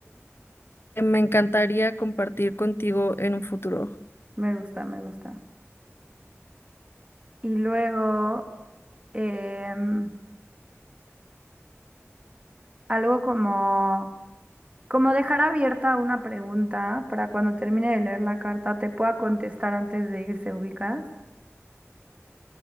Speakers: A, on the left; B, on the right.
A: me encantaría compartir contigo en un futuro.
B: me gusta, me gusta. Y luego, em, algo como... Como dejar abierta una pregunta para cuando termine de leer la carta te pueda contestar antes de irse, ubicas.